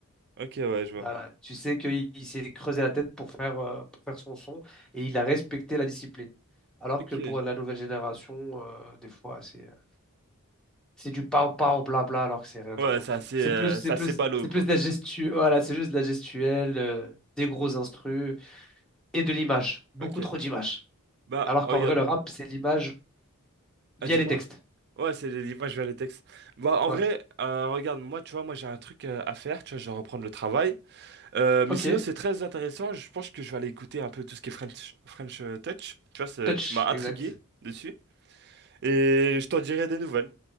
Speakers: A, on the right; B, in the centre.
A: Ok, ouais, je vois.
B: Voilà. Tu sais qu'il il s'est creusé la tête pour faire, euh, pour faire son son et il a respecté la discipline. Alors
A: Ok.
B: que pour la nouvelle génération, euh, des fois, c'est. euh, C'est du pow pow blabla alors que c'est rien
A: Ouais,
B: du tout
A: c'est
B: en fait.
A: assez,
B: C'est
A: euh,
B: plus, c'est
A: c'est
B: plus,
A: assez ballot,
B: c'est
A: quoi.
B: plus de la gestu... voilà, c'est juste de la gestuelle, euh, des gros instrus et de l'image. Beaucoup
A: Ok.
B: trop d'images.
A: Bah,
B: Alors
A: oh,
B: qu'en
A: regarde.
B: vrai, le rap, c'est l'image via
A: Ah, dis-moi.
B: les textes.
A: Ouais, c'est les images vers les textes. Bah, en
B: Ouais.
A: vrai, euh, regarde, moi, tu vois, moi, j'ai un truc euh, à faire, tu vois, je vais reprendre le travail. Euh,
B: Ok.
A: mais sinon, c'est très intéressant. Je pense que je vais aller écouter un peu tout ce qui est French, French euh, Touch. Tu vois, ça-
B: Touch,
A: tu m'as intrigué
B: exact.
A: dessus. Et je t'en dirai des nouvelles.